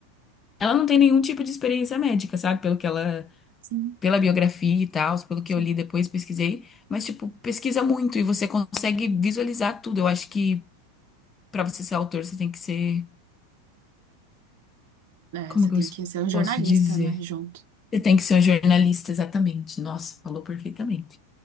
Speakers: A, on the left; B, on the right.
A: ela não tem nenhum tipo de experiência médica, sabe? Pelo que ela.
B: Sim,
A: Pela biografia e tal, pelo que
B: sim.
A: eu li depois, pesquisei. Mas, tipo, pesquisa muito e você consegue visualizar tudo. Eu acho que. Pra você ser autor, você tem que ser
B: É,
A: Como
B: você
A: que
B: tem
A: eu es-
B: que ser um jornalista,
A: posso dizer?
B: né, junto.
A: Você tem que ser um jornalista, exatamente. Nossa, falou perfeitamente.